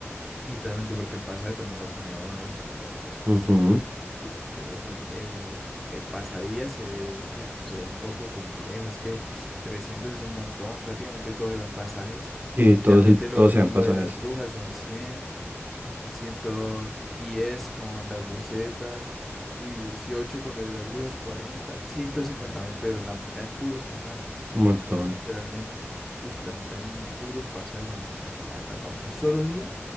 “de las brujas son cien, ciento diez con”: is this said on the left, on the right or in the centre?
Centre